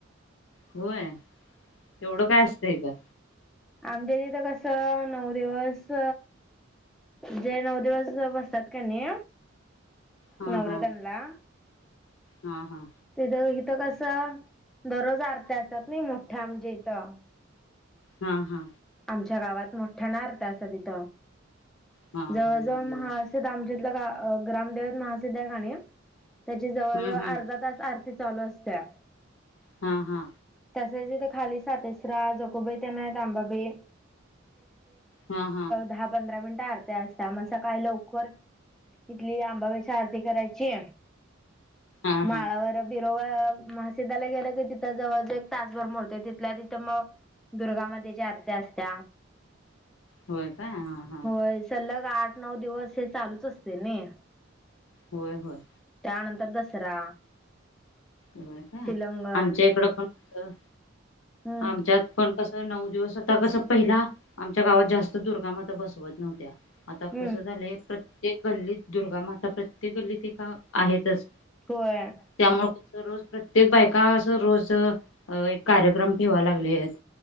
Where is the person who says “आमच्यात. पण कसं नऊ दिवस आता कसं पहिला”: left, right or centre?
Left